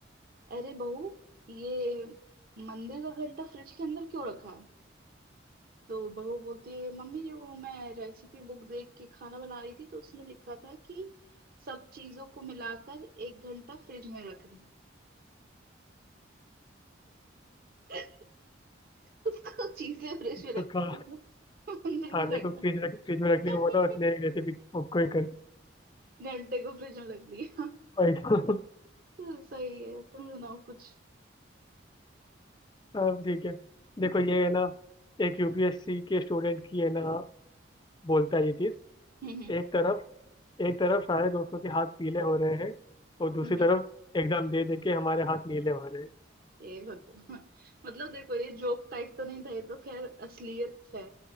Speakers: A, on the right; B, on the left.
A: अरे बहू ये मंदिर का घंटा फ्रिज के अंदर क्यों रखा तो बहू बोलती है मम्मी जी वो मैं रेसिपी बुक देख के खाना बना रही थी तो उसमें लिखा था कि सब चीजों को मिलाकर एक घंटा फ्रिज में रख दूं <laughs> उसको चीजें फ्रिज
B: <laughs>
A: में रखी
B: तो का
A: थी उसने मंदिर
B: खाने
A: का
B: को फ्रिज रख फ्रिज में
A: घंटा
B: रखने को बोला उसने एक
A: <laughs>
B: रेसिपी कोई कर
A: घंटे को फ्रिज में रख दिया <laughs>
B: वही <laughs> तो
A: तो सही है तुम सुनाओ कुछ <laughs>
B: अब ठीक है देखो ये है ना एक यूपीएससी के स्टूडेंट की है ना बोलता है ये चीज
A: हम्म
B: एक तरफ एक तरफ सारे दोस्तों के हाथ पीले हो रहे हैं और दूसरी
A: हम्म
B: तरफ
A: हम्म,
B: एग्जाम दे दे के हमारे हाथ नीले हो रहे हैं
A: ये भगवान <laughs> मतलब देखो ये जोक टाइप तो नहीं था ये तो खैर असलियत है